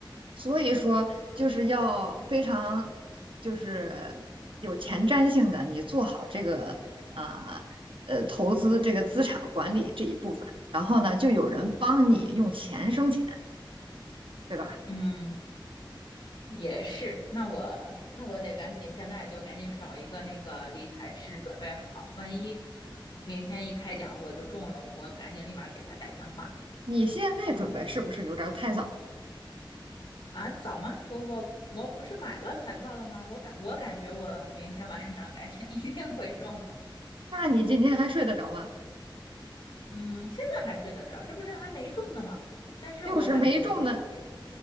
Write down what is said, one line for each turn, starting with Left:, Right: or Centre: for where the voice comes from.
Right: 所以说就是要非常就是有前瞻性的，你做好这个啊呃，投资这个资产管理这一部分，然后呢，就有人帮你用钱生钱，对吧？
Left: 嗯，也是。那我那我得赶紧，现在就赶紧找一个那个理财师准备好，万一明天一开奖我就中了，我赶紧立马给他打电话
Right: 你现在准备是不是有点儿太早？
Left: 啊！早吗？我我我不是买了彩票了吗？我感我感觉我明天晚上感觉一定会中的。
Right: 那你今天还睡得着吗？
Left: 嗯，现在还睡得着，这不是还没中呢吗？但是我感觉我肯定会
Right: 又是没中呢，